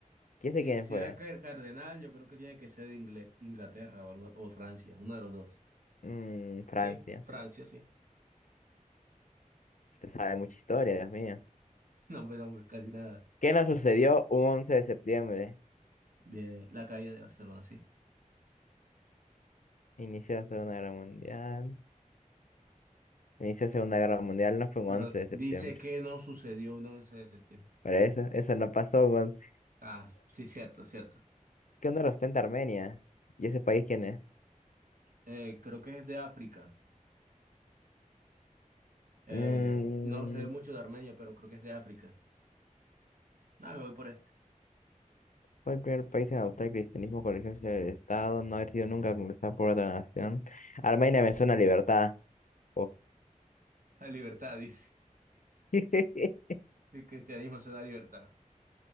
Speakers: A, on the left; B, on the right.
A: ¿Quién
B: Sí,
A: sé quién
B: si
A: fue?
B: era car- cardenal, yo creo que tiene que ser de Ingle- Inglaterra o algo, o Francia, uno de los dos.
A: Mm, Francia.
B: Sí, Francia, sí.
A: Usted sabe mucha historia, Dios mío.
B: <laughs> No, hombre, no, hombre, casi nada.
A: ¿Qué nos sucedió un 11 de septiembre?
B: De la caída de Barcelona, sí.
A: Inicio de la Segunda Guerra Mundial. Inicio de la Segunda Guerra Mundial no fue un
B: Pero
A: 11 de septiembre.
B: dice que no sucedió un 11 de septiembre.
A: Para eso, eso no pasó un 11.
B: Ah, sí, cierto, cierto.
A: <laughs> ¿Qué honor ostenta Armenia? ¿Y ese país quién es?
B: Eh, creo que es de África. Eh,
A: Mm,
B: no sé mucho de Armenia, pero creo que es de África. Ah, me voy por este.
A: fue el primer país en adoptar el cristianismo con religión del Estado, no haber sido nunca conquistada por otra nación. Armenia me suena a libertad. Oh.
B: La libertad, dice.
A: <laughs>
B: El cristianismo se da libertad.